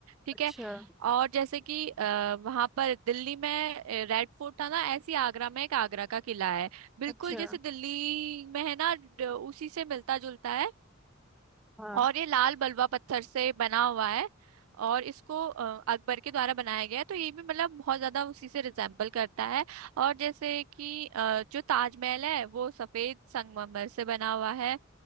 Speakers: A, on the right; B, in the centre.
A: ठीक
B: अच्छा
A: है और जैसे कि आ, वहां पर दिल्ली में अ, रेड फोर्ट था ना ऐसी आगरा में एक आगरा का किला है बिल्कुल
B: अच्छा
A: जैसे दिल्ली में है ना ड- उसी से मिलता जुलता है
B: हाँ
A: और ये लाल बलुआ पत्थर से बना हुआ है और इसको अ, अकबर के द्वारा बनाया गया है तो ये भी मतलब बहुत ज्यादा उसी से रिजेम्बल करता है और जैसे कि अ, जो ताजमहल है वो सफेद संगमरमर से बना हुआ है